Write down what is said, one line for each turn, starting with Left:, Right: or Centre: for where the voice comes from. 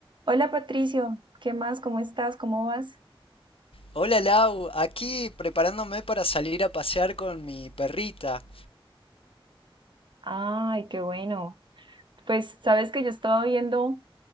Right: Hola Patricio, ¿qué más? ¿Cómo estás? ¿Cómo vas?
Left: Hola Lau, aquí preparándome para salir a pasear con mi perrita.
Right: Ay, qué bueno. Pues sabes que yo estaba viendo